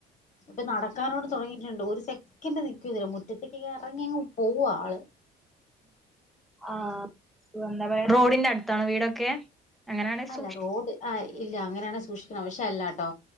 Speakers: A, on the left; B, in the centre.
A: ഇപ്പൊ നടക്കാനോട് തുടങ്ങിയിട്ടുണ്ട് ഒരു സെക്കൻഡ് നിക്കല്ല മുറ്റത്തേക്കൊക്കെ ഇറങ്ങിങ്ങ് ആള്
B: ആഹ്
A: ഉം
B: <inaudible> റോഡിന്റെ അടുത്താണ് വീടൊക്കെ അങ്ങനെയാണെ
A: അല്ലാ
B: സൂക്ഷി
A: റോഡ് ആഹ് ഇല്ലാ അങ്ങനെയാണെ സൂക്ഷി പക്ഷെ അല്ലാട്ടോ